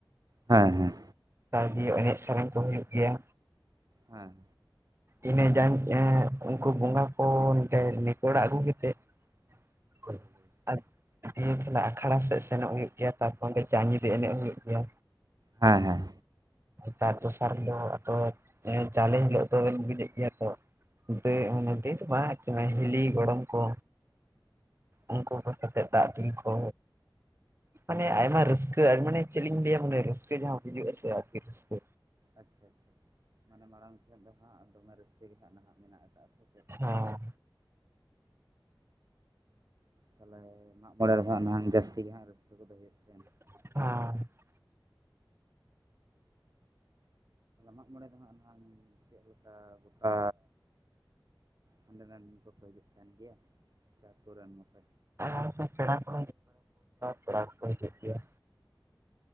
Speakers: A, on the right (about 50°); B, on the right (about 30°).
A: ᱦᱮᱸ ᱦᱮᱸ᱾
B: ᱛᱟ ᱫᱤᱭᱮ ᱮᱱᱮᱡ ᱥᱮᱨᱮᱧ ᱠᱚ ᱦᱩᱭᱩᱜ ᱜᱮᱭᱟ᱾
A: ᱦᱮᱸ᱾
B: ᱤᱱᱟᱹ ᱡᱟᱝ ᱩᱱᱠᱩ ᱵᱚᱸᱜᱟ ᱠᱚ ᱱᱚᱰᱮ ᱱᱤᱠᱚᱲᱟᱹ ᱟᱹᱜᱩ ᱠᱟᱛᱮᱫ᱾ <unintelligible> ᱫᱤᱭᱮ ᱛᱟᱦᱮ ᱟᱠᱷᱲᱟ ᱥᱮᱫ ᱥᱮᱱᱚᱜ ᱦᱩᱭᱩᱜ ᱜᱮᱭᱟ ᱛᱟᱨᱯᱚᱨ ᱚᱸᱰᱮ ᱡᱟᱸᱜᱤ ᱮᱱᱮᱡ ᱦᱩᱭᱩᱜ ᱜᱮᱭᱟ᱾
A: ᱦᱮᱸ ᱦᱮᱸ᱾
B: ᱛᱟᱨ ᱫᱚᱥᱟᱨ ᱦᱤᱞᱳ ᱟᱫᱚ ᱡᱟᱞᱮ ᱦᱤᱞᱳᱜ ᱫᱚ ᱵᱤᱱ ᱵᱩᱡᱽ ᱮᱫ ᱜᱮᱭᱟ ᱛᱚ᱾ ᱫᱚ ᱢᱟᱱᱮ ᱫᱟᱹᱭ ᱵᱟᱝ ᱦᱤᱞᱤ ᱜᱚᱲᱚᱢ ᱠᱚ ᱩᱱᱠᱩ ᱠᱚ ᱥᱟᱣ᱾ ᱠᱟᱛᱮᱫ ᱫᱟᱜ ᱫᱩᱞ ᱠᱚ᱾ ᱢᱟᱱᱮ ᱟᱭᱢᱟ ᱨᱟᱹᱥᱠᱟᱹ ᱢᱟᱱᱮ ᱪᱮᱫ ᱤᱧ ᱞᱟᱹᱭᱟ ᱢᱟᱱᱮ ᱨᱟᱹᱥᱠᱟᱹ ᱡᱟᱦᱟᱸ ᱵᱩᱡᱩᱜᱼᱟ ᱥᱮ ᱟᱨ ᱠᱤ ᱨᱟᱹᱥᱠᱟᱹ᱾
A: ᱟᱪᱪᱷᱟ ᱢᱟᱱᱮ ᱢᱟᱨᱟᱝ ᱥᱮᱫ ᱫᱚ ᱦᱟᱸᱜ ᱫᱚᱢᱮ ᱨᱟᱹᱥᱠᱟᱹ ᱜᱮ ᱱᱟᱜᱼᱦᱟᱜ ᱢᱮᱱᱟᱜ ᱠᱟᱫᱼᱟ᱾ ᱥᱮ ᱪᱮᱫ
B: ᱦᱮᱸ
A: ᱛᱟᱦᱚᱞᱮ ᱢᱟᱜ ᱢᱚᱬᱮ ᱨᱮᱦᱟᱜ ᱱᱚᱜᱼᱚᱭ ᱡᱟᱹᱥᱛᱤ ᱜᱮ ᱦᱟᱸᱜ ᱨᱟᱹᱥᱠᱟᱹ ᱠᱚᱫᱚ ᱦᱩᱭᱩᱜ ᱾
B: ᱦᱮᱸ ᱾
A: ᱢᱟᱜ ᱢᱚᱬᱮ ᱫᱚ ᱦᱟᱸᱜ ᱱᱟᱝ ᱪᱮᱫ ᱞᱮᱠᱟ ᱜᱚᱴᱟ ᱦᱟᱸᱰᱮᱱᱟᱱ᱾ ᱵᱟᱠᱚ ᱦᱤᱡᱩᱜ ᱠᱟᱱ ᱜᱮᱭᱟ ᱟᱹᱛᱩ ᱨᱟᱱ ᱱᱟᱯᱟᱭ᱾
B: ᱟᱨ ᱠᱚ ᱯᱮᱲᱟ ᱠᱚ ᱯᱮᱲᱟ ᱦᱚᱲ ᱠᱚ ᱦᱤᱡᱩᱜ ᱜᱮᱭᱟ᱾